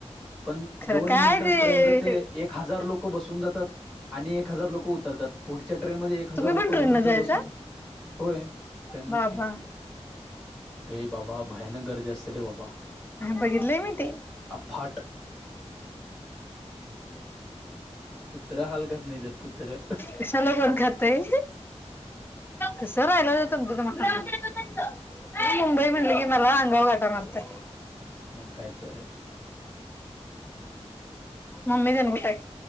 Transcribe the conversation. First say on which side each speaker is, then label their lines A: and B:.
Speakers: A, in the centre; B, on the left.
A: पण
B: खरं
A: दोन
B: काय
A: मिनटल
B: ते
A: ट्रेन जाते एक हजार लोक बसून जातात आणि एक हजार लोक तर त्यात पुढच्या ट्रेनमध्येध्ये एक हजार
B: तुम्ही पण
A: लोक
B: ट्रेन
A: भरून
B: न
A: जात
B: जायचा
A: बसून होय ट्रेन
B: बाबा
A: नच की अ बाबा भयानक गर्दी असते रे बाबा
B: बघितलेय मी ते
A: अफाट <inaudible> कुत्र हलकत नाही त्यात कुत्र
B: कशाला कोण खातय तसं राहिलं तुमच त मगड
A: हम
B: मुंबई म्हणली गी मला अंगाव घाटा मारते
A: मकाय तरर
B: म्मी देण कुठ